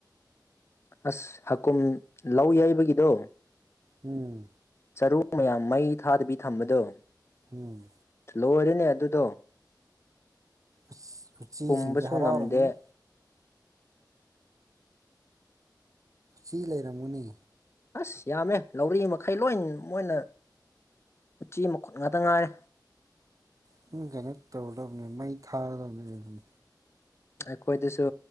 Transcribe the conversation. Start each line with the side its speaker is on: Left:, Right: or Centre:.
Left: ꯑꯁ ꯍꯀꯨꯝ ꯂꯧ ꯌꯩꯕꯒꯤꯗꯣ
Right: ꯎꯝ
Left: ꯆꯔꯨ ꯃꯌꯥꯝ ꯃꯩ ꯊꯥꯗꯕꯤ ꯊꯝꯕꯗꯣ
Right: ꯎꯝ
Left: ꯂꯣꯏꯔꯤꯅꯦ ꯑꯗꯨꯗꯣ
Right: ꯑꯁ ꯎꯆꯤꯁꯤꯡꯁꯦ
Left: ꯄꯨꯝꯕꯁꯨ
Right: ꯍꯔꯥꯎꯔꯝꯃꯅꯤ
Left: ꯉꯝꯗꯦ
Right: ꯁꯤ ꯂꯩꯔꯝꯃꯨꯅꯦ
Left: ꯑꯁ ꯌꯥꯝꯃꯦ ꯂꯧꯔꯤ ꯃꯈꯩ ꯂꯣꯏ ꯃꯣꯏꯅ ꯎꯆꯤ ꯃꯈꯨꯠ ꯉꯥꯛꯇ ꯉꯥꯏꯔꯦ
Right: ꯀꯩꯅꯣ ꯇꯧꯒꯗꯕꯅꯦ ꯃꯩ ꯊꯥꯒꯗꯕꯅꯦꯕꯅꯤ
Left: ꯑꯩꯈꯣꯏꯗꯁꯨ